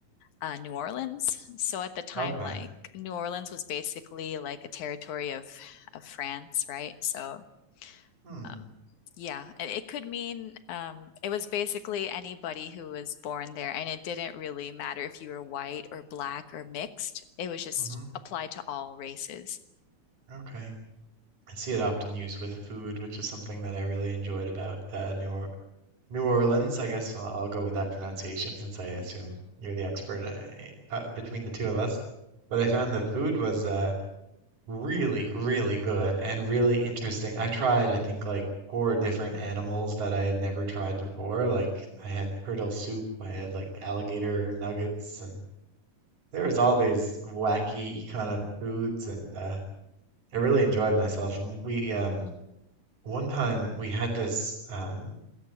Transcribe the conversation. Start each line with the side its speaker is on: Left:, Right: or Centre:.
Left: uh, New Orleans. So at the time,
Right: Okay.
Left: like New Orleans was basically like a territory of of France, right? So
Right: Hmm.
Left: um, yeah, it, it could mean um, it was basically anybody who was born there, and it didn't really matter if you were white or black or mixed. It was just
Right: hmm
Left: applied to all races.
Right: Okay. I see it often used with food, which is something that I really enjoyed about uh, New New Orleans, I guess I'll, I'll go with that pronunciation since I assume you're the expert uh, uh, between the two of us. But I found the food was uh, really, really good and really interesting. I tried, I think, like four different animals that I had never tried before. Like I had turtle soup, I had like alligator nuggets, and there was all these wacky kind of foods, and uh, I really enjoyed myself. M- We um, one time we had this um,